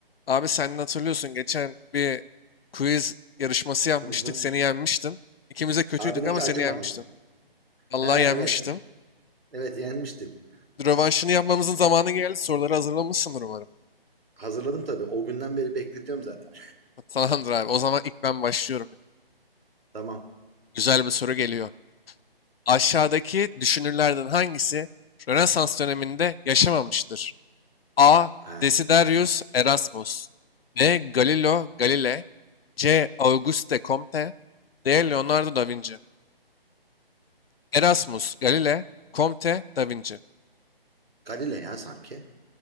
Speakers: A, on the left; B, on the right.
A: Abi sen de hatırlıyorsun geçen bir quiz yarışması yapmıştık.
B: Hı hı.
A: Seni yenmiştim. İkimiz de kötüydük
B: Abine
A: ama
B: hiç acımadım.
A: seni yenmiştim. Vallahi
B: He evet.
A: yenmiştim.
B: hiç- Evet yenmiştim.
A: Rövanşını yapmamızın zamanı geldi. Soruları hazırlamışsındır umarım.
B: Hazırladım tabii. O günden beri bekletiyorum zaten.
A: Tamamdır abi. O zaman ilk ben başlıyorum.
B: Tamam.
A: Güzel bir soru geliyor. Aşağıdaki düşünürlerden hangisi Rönesans döneminde yaşamamıştır? A.
B: He.
A: Desiderius Erasmus B. Galileo Galilei C. Auguste Comte D. Leonardo da Vinci Erasmus, Galile, Comte, Da Vinci.
B: Galile ya sanki.